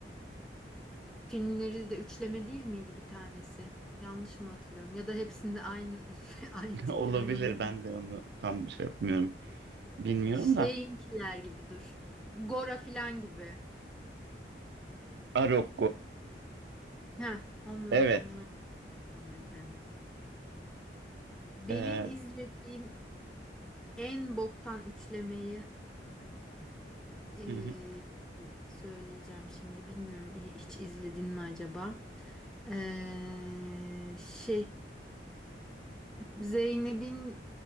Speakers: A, in the centre; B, on the right.
A: filmleri de üçleme değil miydi bir tanesi? Yanlış mı hatırlıyorum? Ya da hepsinde aynı <laughs> aynı
B: <laughs>
A: tipleme
B: olabilir.
A: oynuyor.
B: Ben de onu tam şey yapmıyorum. Bilmiyorum
A: Şeyinkiler
B: da.
A: gibi dur. Gora filan gibi.
B: Arok
A: Heh, onlar
B: Evet.
A: onlar sanırım evet. Benim
B: Ee,
A: izlediğim En boktan üçlemeyi eee,
B: hı hı.
A: söyleyeceğim şimdi. Bilmiyorum hiç izledin mi acaba? Eee, şey Zeynep'in